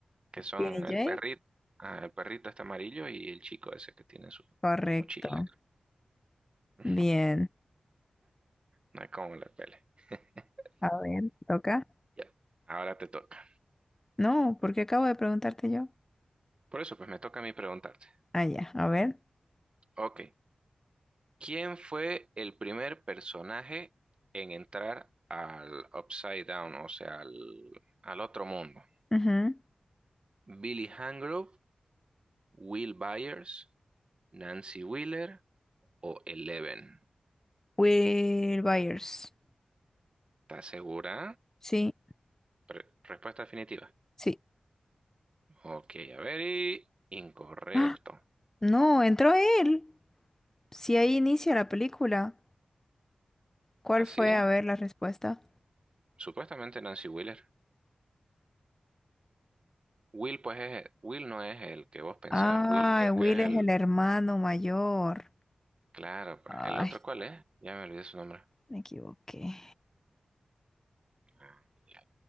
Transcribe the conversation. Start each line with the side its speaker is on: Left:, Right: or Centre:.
Right: que son
Left: Skinny
Right: el
Left: Jake,
Right: perrito, ah, el perrito está amarillo y el chico ese que tiene su
Left: correcto.
Right: mochila. <laughs>
Left: Bien.
Right: Ujú, No hay como la pele. <laughs>
Left: A ver, toca.
Right: Ya, ahora te toca.
Left: No, porque acabo de preguntarte yo.
Right: Por eso, pues me toca a mí preguntarte.
Left: Ah, ya, a ver.
Right: Ok, ¿quién fue el primer personaje en entrar al Upside Down, o sea, al, al otro mundo?
Left: Ujú.
Right: Billy Hangrove, Will Byers, Nancy Wheeler, o Eleven.
Left: Will Byers.
Right: ¿Estás segura?
Left: Sí,
Right: Re- respuesta definitiva.
Left: sí.
Right: Ok, a ver, y incorrecto.
Left: ¡Ah! No, entró él. Si ahí inicia la película. ¿Cuál
Right: ¿Así?
Left: fue? A ver la respuesta.
Right: Supuestamente Nancy Wheeler. Will, pues, es, Will no es el que vos pensás.
Left: Ah,
Right: Will creo
Left: Will
Right: que es
Left: es
Right: el...
Left: el hermano mayor.
Right: Claro, pues.
Left: Ay,
Right: ¿El otro cuál es? Ya me olvidé su nombre.
Left: me equivoqué.
Right: Ay,